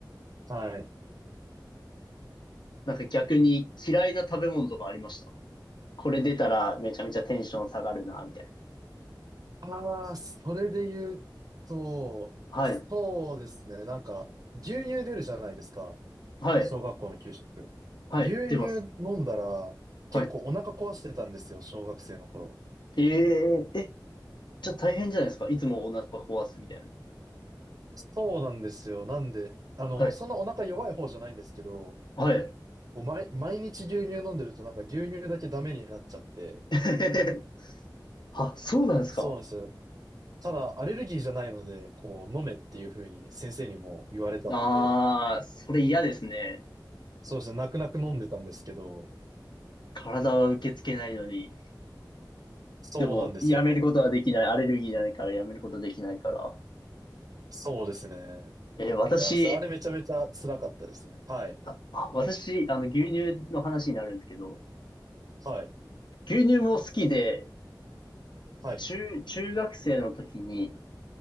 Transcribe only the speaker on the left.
なんか逆に嫌いな食べ物とかありましたこれ出たらめちゃめちゃテンション下がるな、みたい
な。
はい、
はい、
はい、
出ます。はい。
えー、え、じゃあ大変じゃないですかいつもお腹壊すみたいな。
はい、
はい。
<laughs> あ、そうなんですか
ああー、それ嫌ですね。
体は受け付けないのに。
でも、やめることはできない。アレルギーじゃないからやめることできないから。
えー私、
あ、あ私、あの、牛乳の話になるんですけど、
牛乳も好きで、
中、中学生の時に、